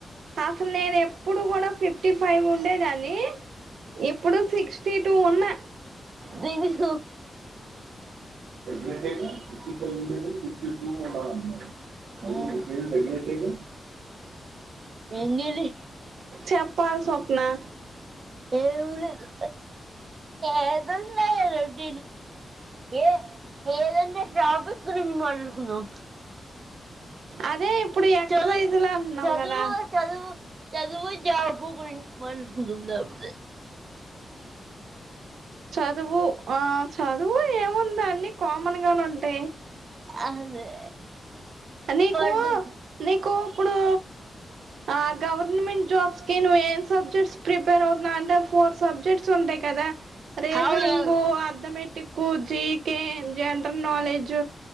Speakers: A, on the right; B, on the right.
A: అసలు నేను ఎప్పుడు కూడా ఫిఫ్టీ ఫైవ్ ఉండేదాన్ని ఇప్పుడు సిక్స్టీ టూ ఉన్నా.
B: నిను
A: తగ్గినట్టేగా సిక్స్టీ ఫైవ్ ఉండేది సిక్స్టీ టూ ఉండాలన్నావు
B: ఉమ్
A: మూడు కేజీలు తగ్గినట్టేగా
B: వెంగ్లీ
A: చెప్పాలి స్వప్న
B: ఏం లేదు ఏదన్నా ఏంలేద్ ఏ ఏదంటే ట్రాఫిక్ గురించి మాట్లాడుకుందాం.
A: అదే ఇప్పుడు ఎక్సైజులు
B: చదువ్
A: అంటున్నాం
B: చదువు
A: కదా
B: చదువు చదువు జాబ్ మాట్లాడుకుందాం జాబు
A: చదువు ఆ చదువు ఏముంది అన్ని కామన్ గానే ఉంటాయి.
B: అదే
A: నీకు
B: పడు
A: నీకు ఇప్పుడు ఆ గవర్నమెంట్ జాబ్స్ కి నువ్వేం సబ్జెక్ట్స్ ప్రిపేర్ అవుతున్నా అంటే. ఫోర్ సబ్జెక్ట్స్ ఉంటాయి కదా reasoning
B: అవును
A: arithmetic GK general knowledge